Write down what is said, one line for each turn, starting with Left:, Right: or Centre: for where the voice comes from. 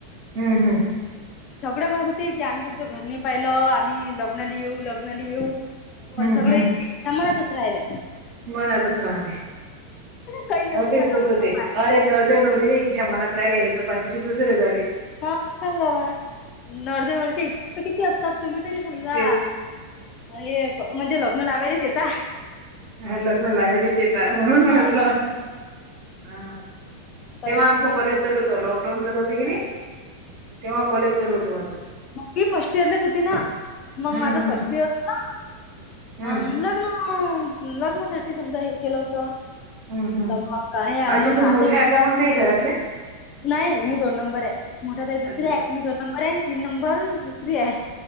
Right: हं हं
Left: सगळें म्हणत होते की आम्ही तुमचं घरने पाहिलं आम्ही लग्नाली येऊ लग्नाला येऊ
Right: हम्म
Left: पण सगळ्यांच्या
Right: हम्म
Left: इच्छा मनातच राहिल्या
Right: मनातच राहले
Left: काही येऊच
Right: होतेच
Left: नका
Right: तस
Left: म्हणत
Right: होते अरे. नवरदेव नवरीच्या इच्छा मनात राहिला हे तर बाकीचे दुसरे झाले
Left: ह सांगावा नवरदेवाचा नवरीच्या इच्छा तर किती असतात तुम्ही तरी समजा
Right: तेच
Left: हे म्हणजे लग्न लावायलाच आता
Right: ह लग्न लावेलेच येतात म्हणून म्हटलं
Left: हा
Right: हा
Left: काही
Right: तेव्हा
Left: नाही
Right: आमच
Left: बाई
Right: कॉलेज
Left: झालं
Right: चालू होत लॉक डोन चालू होत की नाही तेव्हा कॉलेज चालवत माझं
Left: मगी फर्स्ट इयरलेच होती ना मग
Right: हम्म
Left: माझं
Right: हम्म.
Left: फर्स्ट इयर अ
Right: हम्म
Left: लग लग् लग्नासाठी समजा हे केलं होतं.
Right: हम्म हम्म
Left: तर मग आहे
Right: अच्छा
Left: मग
Right: तू
Left: आता.
Right: मोठ्या आहे मग ते घरातले
Left: नाही मी दोन नंबर आहे मोठ्या ताई दुसरे
Right: अज
Left: आहे मी दोन नंबर आहे तीन नंबर दुसरी आहे